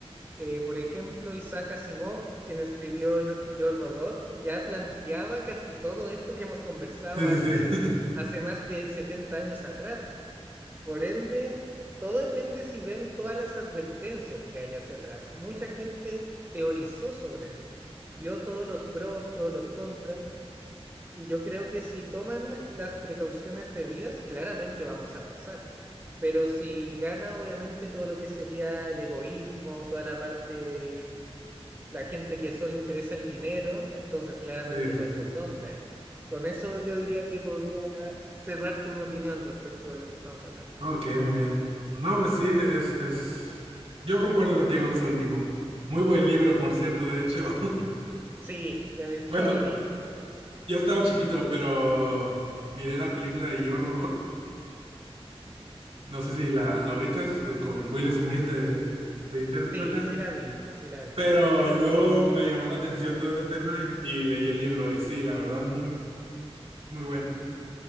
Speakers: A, on the right; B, on the right.
A: Eh, por ejemplo, Isaac Asimov, quien escribió Yo, Yo Robot, ya planteaba casi todo esto que hemos conversado
B: Sí,
A: hace,
B: sí, sí. <laughs>
A: hace más de 70 años atrás. Por ende, todo depende si ven todas las advertencias que hay hacia atrás. Mucha gente teorizó sobre esto, vio todos los pros, todos los contras, y yo creo que si toman las precauciones debidas, claramente vamos a avanzar. Pero si gana, obviamente, todo lo que sería el egoísmo, toda la parte de la gente que solo interesa el dinero, entonces claramente
B: Sí, sí,
A: no hay
B: sí.
A: por dónde. ¿eh? Con eso yo diría que podría cerrarte mi opinión respecto de lo que estamos hablando.
B: Ok, muy bien. No, pues sí, es, es... Yo concuerdo contigo en eso último. Muy buen libro, por cierto, de hecho. <laughs>
A: Sí, de mis <laughs>
B: Bueno,
A: favoritos, sí.
B: Yo estaba chiquito, pero miré la película de Yo Robot. No sé si la, la ubicas eh, con Will Smith de, de intérprete,
A: Sí, sí la vi, sí la vi,
B: pero
A: sí.
B: luego me llamó la atención todo ese tema y, y leí el libro y sí, la verdad, muy, muy bueno.